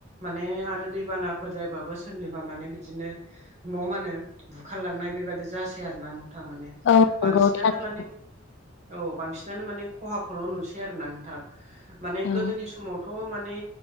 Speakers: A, on the right; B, on the left.
A: माने आरो दैबानाफोर जायोबाबो सोरनिबा माने बिदिनो न' मानो बुखारलांनाय बेबायादि जासै आरोना नोंथां माने।
B: औ नंगौ
A: बांसिनानो
B: थारैनो
A: माने औ बांसिनानो माने खहाखौल' नुसै आरो ना नोंथां माने
B: औ
A: गोदोनि समाव थ' माने।